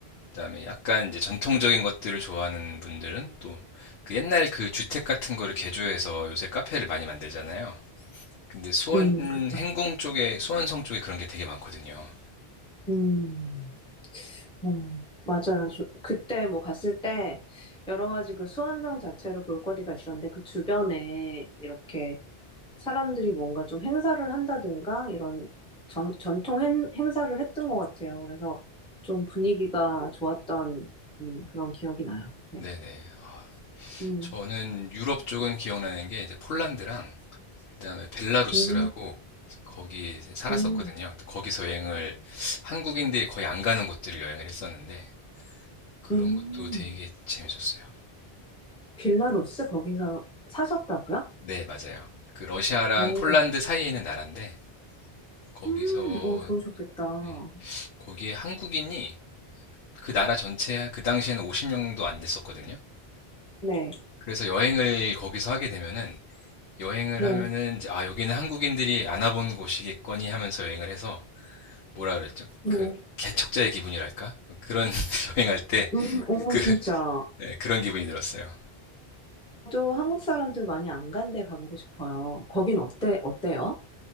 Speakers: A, on the left; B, in the centre.
A: 그다음에 약간 이제 전통적인 것들을 좋아하는 분들은 또 그 옛날 그 주택 같은 거를 개조해서 요새 카페를 많이 만들잖아요. 근데 수원
B: 음.
A: 행궁
B: 그-
A: 쪽에 수원성 쪽에 그런 게 되게 많거든요.
B: 음. 음. 맞아요. 저- 그때 뭐 갔을 때 여러 가지 그 수원성 자체로 볼거리가 있었는데 그 주변에 이렇게 사람들이 뭔가 좀 행사를 한다든가 이런 전, 전통 행, 행사를 했던 것 같아요. 그래서 좀 분위기가 좋았던 음, 그런 기억이 나요. 네.
A: 네네.
B: 음,
A: 저는 유럽 쪽은 기억나는 게 이제 폴란드랑 그다음에 벨라루스라고
B: 음,
A: 거기 이제 살았었거든요.
B: 음,
A: 근데 거기서 여행을 한국인들이 거의 안 가는 곳들을 여행을 했었는데 그런
B: 음.
A: 것도 되게 재밌었어요.
B: 빌라루스 거기서 사셨다고요?
A: 네, 맞아요. 그 러시아랑
B: 오,
A: 폴란드 사이에 있는 나라인데 거기서
B: 음, 오, 좋으셨겠다.
A: 네, 거기에 한국인이 그 나라 전체 그 당시에는 50명도 안 됐었거든요.
B: 네,
A: 그래서 여행을 거기서 하게 되면은 여행을
B: 네,
A: 하면은 이제 아 여기는 한국인들이 안 와본 곳이겠거니 하면서 여행을 해서 뭐라 그랬죠?
B: 네.
A: 그 개척자의 기분이랄까? 그런 <laughs> 여행할 때
B: 음, 오,
A: 그,
B: 진짜.
A: 네, 그런 기분이 들었어요.
B: 저도 한국 사람들 많이 안 간데 가보고 싶어요. 거긴 어때, 어때요?